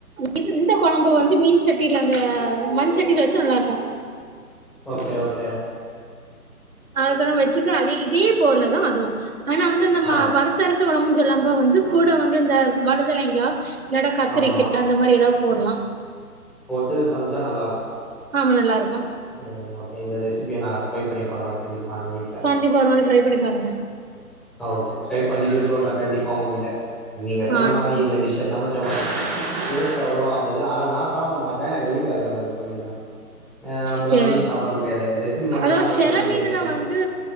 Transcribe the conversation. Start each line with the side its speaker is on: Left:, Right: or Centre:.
Right: இ இந்த கொழம்பு வந்து மீன் சட்டியில அந்த மண்சட்டில வச்சா நல்லா இருக்கு
Centre: ஓகே ஓகே
Right: அதுக்கற வச்சுட்டு அதே இதே போருல தா அதுவு ஆனா வந்து அந்த ம
Centre: ஆ
Right: வரத்தர ச்ச கொழம்புன்னு சொல்ல வந்து கூட வந்து இந்த வலதுலைங்க இல்லட கத்திரிக்க
Centre: ஆமா
Right: அந்த மாரி ஏதாவது போட்லா
Centre: போட்டு சமச்சா நல்லா இருக்கு
Right: ஆமா நல்லா இருக்கு
Centre: ம் ஓகே இந்த ரெசிபிய நா ட்ரை பண்ணி பாக்க கண்டிப்பாங்க எங்க வீட்ல
Right: கண்டிப்பா ஒரு நாள் ட்ரை பண்ணி பாருங்க
Centre: ஓகே ட்ரை பண்ணிட்டு சொல்றே கண்டிப்பா உங்ககிட்ட நீங்க சொன்ன
Right: ஆ
Centre: மாரி
Right: சேரி
Centre: இந்த டிஷ்ஷ சமைச்ச வே டேஸ்ட் அவ்ளோ வந்துது ஆனா நா சாப்பிட மாட்டே எங்க வீட்ல இருக்கவுங்ளுக்கு சொல்லிடுவே ஏ நம்மளா
Right: செரி
Centre: மீன் சாப்ட முடியாது ரெசிபி மட்டுந்தா
Right: அதாவ்து
Centre: உங்ககிட்ட
Right: செல
Centre: இருந்து
Right: மீன்னுதா
Centre: கேட்டுக்கிட்டே
Right: வந்து